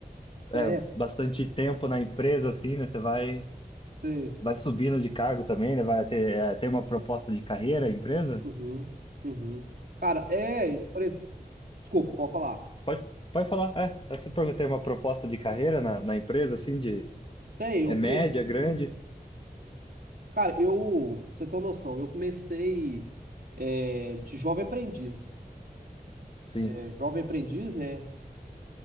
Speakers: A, on the right (about 65°); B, on the left (about 35°).
A: É,
B: é, bastante tempo na empresa, assim, né? Você vai,
A: sei.
B: vai subindo de cargo também, né? Vai ter, é, tem uma proposta de carreira, a empresa.
A: Uhum, uhum. Cara, é, por ex- desculpa, pode falar.
B: Pode, pode falar. É, essa pergunta tem uma proposta de carreira na, na empresa, assim, de
A: Tem, eu
B: é
A: comecei,
B: média, grande?
A: cara, eu, pra você ter uma noção, eu comecei é, de jovem aprendiz.
B: Sim.
A: É, jovem aprendiz, né,